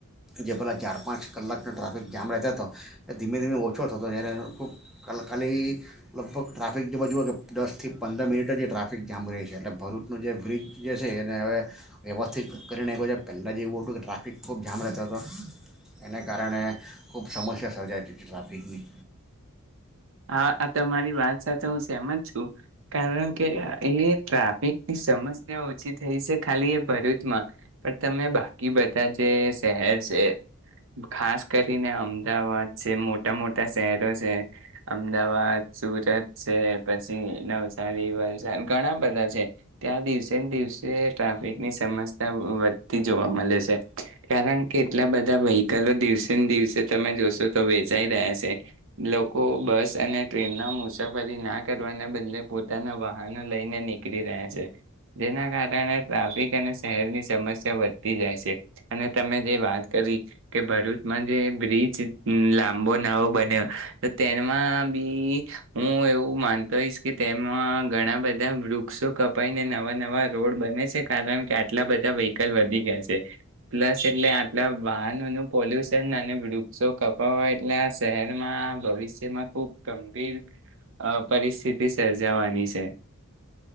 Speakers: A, in the centre; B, on the right.
A: જે પહેલાં ચાર પાંચ કલાકનો ટ્રાફિક જામ રહેતો હતો એ ધીમે ધીમે ઓછો થતો જ્યારે ખૂબ કલકાલી લગભગ ટ્રાફિક જે બાજુઓ કે દસથી પંદર મિનિટ જ એ ટ્રાફિક જામ રહે છે એટલે ભરૂચનું જે બ્રિજ જે છે એને હવે વ્યવસ્થા. નથીથી કરીને એક વજા પહેલાં જે એવું હતું કે ટ્રાફિક ખૂબ જામ રહેતો હતો એને કારણે ખૂબ સમસ્યા સર્જાાઈતી હતી ટ્રાફિકની.
B: હા આ તમારી વાત સાથે હું સહેમત છું. કારણ કે એ ટ્રાફિકની સમસ્યા ઓછી થઈ છે ખાલી એ ભરૂચમાં પણ તમે બાકી બધા જે. શહેર છે ખાસ કરીને અમદાવાદ છે. મોટા મોટા શહેરો છે. અમદાવાદ સુરત છે પછી નવસારી વલસાડ ઘણા બધા છે ત્યાં દિવસે ને દિવસે ટ્રાફિકની સમસ્યા વધતી જોવા મળે છે કારણ કે એટલા બધા વ્હીકલો દિવસે ને દિવસે તમે જોશો તો વેચાઈ રહ્યા છે લોકો. બસ અને ટ્રેનમાં મુસાફરી ના કરવાના બદલે પોતાના વાહનો લઈને નીકળી રહ્યા છે જેના કારણે ટ્રાફિક અને શહેરની સમસ્યા વધતી જાય છે અને તમે જે વાત કરી કે ભરૂચમાં જે બ્રિજ લાંબો નવો બન્યો. તેમાં બી હું એવું માનતો હોઈશ કે તેમાં ઘણા બધા વૃક્ષો કપાઈને નવા નવા રોડ બને છે કારણ કે આટલા બધા વ્હીકલ વધી ગયા છે પ્લસ એટલે આટલા વાહનોનું પોલ્યુશન અને વૃક્ષો કપાવ એટલે આ શહેરમાં ભવિષ્ય. જેમાં ખુબ ગંભીર પરિસ્થિતિ સર્જાવાની છે.